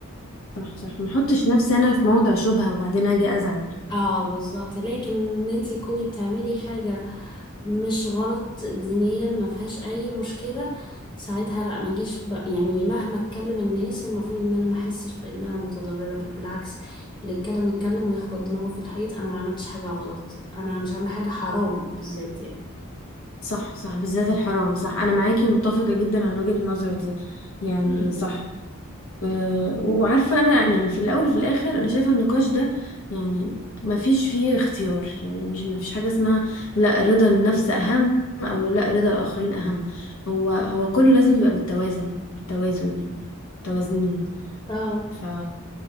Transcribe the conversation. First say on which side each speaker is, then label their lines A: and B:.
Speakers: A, on the left (about 75°); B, on the left (about 20°).
A: صح صح ما احطش نفسي انا في موضع شبهه وبعدين اجي ازعل
B: اه بالظبط لكن ان انت تكوني بتعملي حاجة مش غلط دينيا ما فيهاش اي مشكلة ساعتها لا ما اجيش ب... يعني مهما اتكلم الناس المفروض ان انا ما احسش بان انا متضررة بل بالعكس اللي يتكلم يتكلم ويخبط دماغه في الحيط انا ما عملتش حاجة غلط انا مش عاملة حاجة حرام بالذات يعني
A: صح صح بالذات الحرام صح انا معاكي ومتفقه جدا على وجهه النظر دي يعني
B: مم.
A: صح أه وعارفه انا يعني في الاول وفي الاخر انا شايفه النقاش ده يعني ما فيش فيه اختيار يعني مش ما فيش حاجه اسمها لا رضا النفس اهم او لا رضا الاخرين اهم هو هو كله لازم يبقى بالتوازن بالتوازن يعني متوازنين
B: اه
A: ف